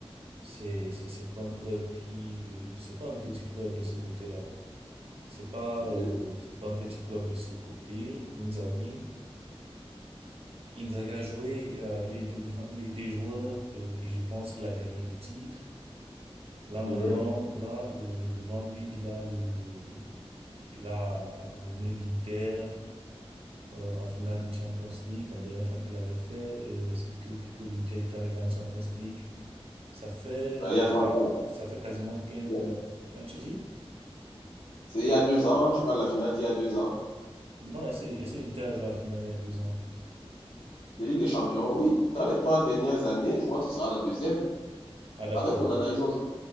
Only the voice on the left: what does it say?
oui,
oui.
Là, il y a trois
ans,
là.
C'est il y a 2 ans, tu parles de la finale d'il y a 2 ans.
Les Ligues des Champions, oui, dans les 3 dernières années, je crois que ce sera la deuxième.
Avec Onana, ils ont joué.